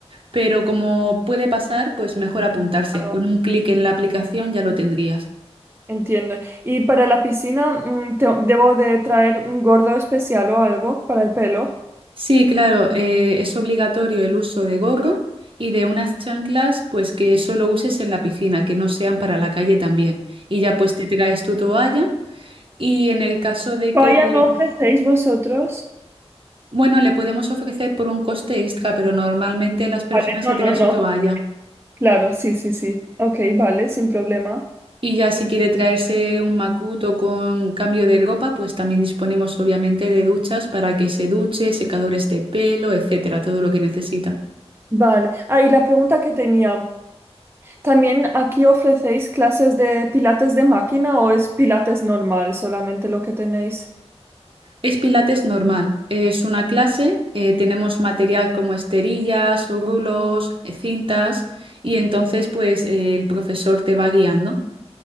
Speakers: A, on the right; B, on the right.
A: Pero como puede pasar, pues mejor apuntarse.
B: claro.
A: Con un clic en la aplicación ya lo tendrías.
B: Entiendo. ¿Y para la piscina, mm, te- debo de traer un gordo especial o algo para el pelo?
A: Sí, claro, eh, es obligatorio el uso de gorro y de unas chanclas, pues que solo uses en la piscina, que no sean para la calle también. Y ya pues te traes tu toalla y en el caso de
B: Vaya,
A: que,
B: no ofrecéis vosotros.
A: bueno, le podemos ofrecer por un coste extra, pero normalmente las personas
B: Vale, no,
A: se traen su
B: no,
A: toalla.
B: no. Claro, sí, sí, sí. Ok, vale, sin problema.
A: Y ya si quiere traerse un macuto con cambio de ropa, pues también disponemos obviamente de duchas para que se duche, secadores de pelo, etcétera, todo lo que necesita.
B: Vale. Ah, y la pregunta que tenía. ¿También aquí ofrecéis clases de pilates de máquina o es pilates normal solamente lo que tenéis?
A: Es pilates normal, es una clase, eh, tenemos material como esterillas, rulos, eh, cintas y entonces pues eh, el profesor te va guiando.